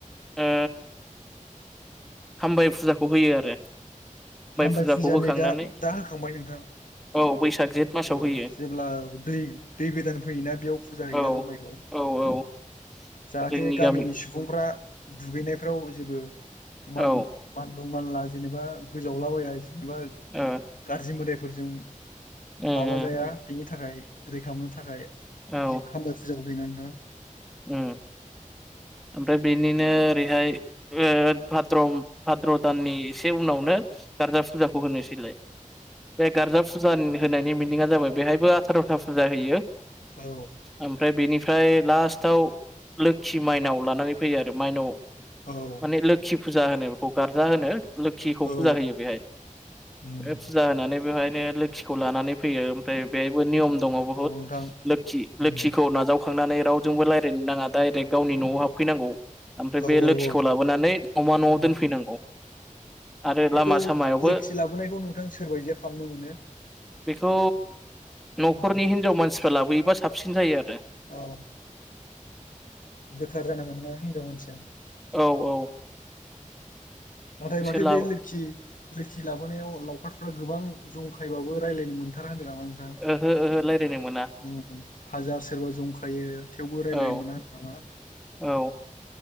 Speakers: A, in the centre; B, on the left.
A: ओ हामबाय फुजाखौ होयो आरो
B: हामबाय
A: फुजाखौ
B: फुजाया
A: होखांनानै
B: नै दा दा होखांबाय नोंथां
A: औ बैसाग जेठ मासाव
B: औ
A: होयो
B: जेब्ला दै दै गोदान फैयोना बेयाव फुजा होयोना
A: औ
B: हामबायखौ
A: औ औ
B: जाहाथे
A: जोंनि
B: गामिनि
A: गामि
B: सुबुंफ्रा दुगैनायफ्राव जेबो मान
A: औ ओ
B: मानलु मानला जेनेबा गोजावलाबाया जेनेबा
A: उम
B: गाज्रि मोदायफोरजों
A: उम
B: माबा जाया बिनि थाखाय रैखा मोननो थाखाय
A: औ
B: बि खामबास फुजाखौ होयोना नोंथां?
A: उम ओमफ्राय बेनिनो ओरैहाय ओ भाद्रम भाद्र' दाननि एसे उनावनो गारजा फुजाखौ होनोसैलाय। बे गारजा फुजानि होनाय मिनिङा जाबाय बेयावबो आथारथा फुजा होयो
B: उम औ नोंथां औ
A: ओमफ्राय बिनि ओमफ्राय लास्टाव लोखि माइनाव लानानै फैयो आरो माइनाव
B: औ
A: माने लोखि फुजा होनो बेखौ गारजा होनो लोखिखौ
B: औ
A: फुजा होयो बेहाय
B: उम
A: बे फुजा होनानै बेवहायनो लोखिखौ लानानै फैयो ओमफ्राय बेहायबो नियम दङ बुहुत
B: औ नोंथां
A: लोखि
B: उम
A: लोखिखौ नाजावखांनानै रावजोंबो रायलायनो नाङा डाइरेक गावनि न'आव हाबफैनांगौ ओमफ्राय
B: औ
A: बे
B: औ
A: लोखिखौ
B: औ
A: लाबोनानै न'मा
B: उम
A: न'आव दोनफैनांगौ। आरो
B: बेखौ
A: लामा सामायावबो
B: लोखि लाबोनायखौ नोंथां सोरबायदिया खालामनो मोनो?
A: बेखौ न'खरनि
B: औ
A: हिनजाव मानसिफ्रा लाबोयोबा साबसिन जायो आरो।
B: औ। गोथार जानांगोन ना हिनजाव मानसिया?
A: औ औ
B: नाथाय
A: एसे
B: माथो
A: लाबो
B: बे लोखि लोखि लाबोनायाव लावखारफ्रा गोबां जंखायबाबो रायज्लायनो मोनथारानो होनदों नामा नोंथां?
A: ओहो ओहो रायज्लायनो मोना
B: उम हाजार सोरबा जंखायो थेवबो रायलायनो
A: औ
B: मोना होनदों नामा?
A: औ